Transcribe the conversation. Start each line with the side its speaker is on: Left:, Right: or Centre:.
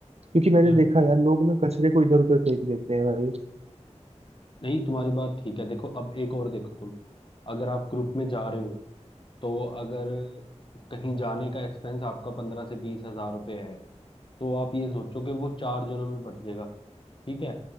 Right: क्योंकि मैंने
Left: यार
Right: देखा यार लोग ना कचरे को इधर उधर फेंक देते हैं भाई
Left: नहीं तुम्हारी बात ठीक है देखो अब एक और देखो तुम अगर आप ग्रुप में जा रहे हो तो अगर कहीं जाने का एक्सपेंस आपका पंद्रह से बीस हजार रुपये है तो आप ये सोचो कि वो चार जनों में बट जाएगा ठीक है